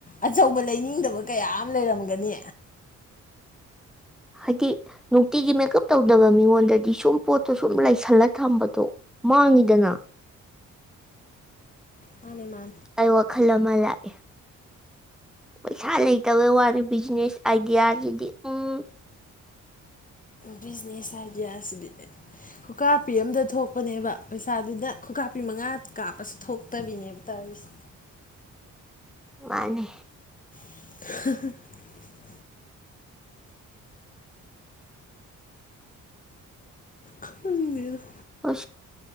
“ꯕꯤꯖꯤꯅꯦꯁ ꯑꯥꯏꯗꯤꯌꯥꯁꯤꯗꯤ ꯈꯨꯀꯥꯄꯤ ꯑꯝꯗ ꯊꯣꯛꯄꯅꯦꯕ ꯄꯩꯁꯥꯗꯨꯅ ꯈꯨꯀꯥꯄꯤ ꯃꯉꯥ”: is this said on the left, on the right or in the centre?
Left